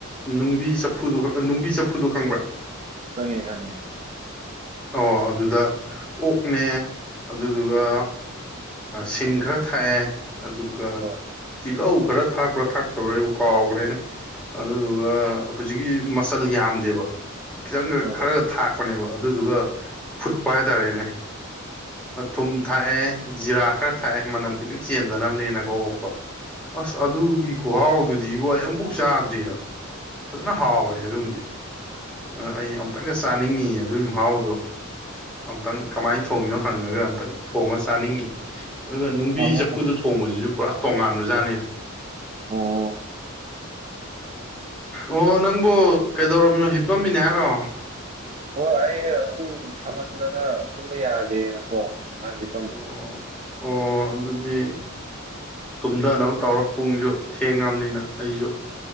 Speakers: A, in the centre; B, on the right.
A: ꯅꯨꯡꯕꯤ ꯆꯐꯨꯗꯣ ꯅꯨꯡꯕꯤ ꯆꯐꯨꯗꯣ ꯈꯪꯕ꯭ꯔꯥ
B: ꯈꯪꯉꯦ ꯈꯪꯉꯦ
A: ꯑꯣ ꯑꯗꯨꯗ ꯑꯣꯛꯅꯦ ꯑꯗꯨꯗꯨꯒ ꯁꯤꯡ ꯈꯔ ꯊꯥꯛꯑꯦ ꯑꯗꯨꯒ
B: ꯍꯣꯏ
A: ꯇꯤꯜꯂꯧ ꯈꯔ ꯊꯥꯛꯄ꯭ꯔꯥ ꯊꯥꯛꯇꯕ꯭ꯔꯥ ꯑꯩꯕꯨ ꯀꯥꯎꯈ꯭ꯔꯦꯅꯦ ꯑꯗꯨꯗꯨꯒ ꯍꯧꯖꯤꯛꯀꯤ ꯃꯆꯜ ꯌꯥꯝꯗꯦꯕ ꯈꯤꯇꯪꯒ
B: ꯍꯣꯏ
A: ꯈꯔꯒ
B: ꯍꯣꯏ
A: ꯊꯥꯛꯄꯅꯦꯕ ꯑꯗꯨꯗꯨꯒ ꯐꯨꯠꯄ ꯍꯥꯏꯇꯥꯔꯦꯅꯦ ꯑ ꯊꯨꯝ ꯊꯥꯛꯑꯦ ꯖꯤꯔꯥ ꯈꯔ ꯊꯥꯛꯑꯦ ꯃꯅꯝ ꯈꯤꯇꯪ ꯆꯦꯟꯗꯅꯕꯅꯦꯅꯀꯣ ꯑꯣꯛꯇꯣ ꯑꯁ ꯑꯗꯨꯒꯤ ꯈꯨꯍꯥꯎꯗꯨꯗꯤꯕꯣ ꯑꯩ ꯑꯃꯨꯛꯐꯥꯎ ꯆꯥꯗ꯭ꯔꯤ ꯍꯥꯏꯕ ꯐꯖꯅ ꯍꯥꯎꯋꯦ ꯑꯗꯨꯝꯗꯤ ꯑ ꯑꯩ ꯑꯝꯇꯪꯒ ꯆꯥꯅꯤꯡꯉꯤ ꯑꯗꯨꯏ ꯑꯍꯥꯎꯗꯣ ꯑꯝꯇꯪ ꯀꯃꯥꯏ ꯊꯣꯡꯉꯤꯅꯣ ꯍꯪꯉꯒ ꯑꯝꯇꯪ ꯊꯣꯡꯉ ꯆꯥꯅꯤꯡꯉꯤ ꯑꯗꯨꯒ ꯅꯨꯡꯕꯤ
B: ꯍꯪꯉꯣ
A: ꯆꯐꯨꯗ ꯊꯣꯡꯕꯖꯤꯖꯨ ꯄꯨꯔꯥ ꯇꯣꯉꯥꯟꯕꯖꯥꯠꯅꯤ
B: ꯑꯣ
A: ꯑꯣ ꯅꯪꯕꯨ ꯀꯩꯗꯧꯔꯝꯃꯤꯅꯣ ꯍꯤꯞꯄꯝꯃꯤꯅꯦ ꯍꯥꯏꯔꯣ
B: ꯍꯣ ꯑꯩꯅ ꯑꯗꯨꯝ ꯁꯥꯃꯟꯗꯅ ꯇꯨꯝꯕ ꯌꯥꯗꯦꯅꯀꯣ ꯉꯍꯥꯛ ꯍꯤꯞꯄꯝ
A: ꯑꯣ ꯑꯣ ꯑꯗꯨꯗꯤ ꯇꯨꯝꯗꯅꯕ ꯇꯧꯔꯣ ꯄꯨꯡꯁꯨ ꯊꯦꯡꯉꯝꯅꯤꯅ ꯑꯩꯖꯨ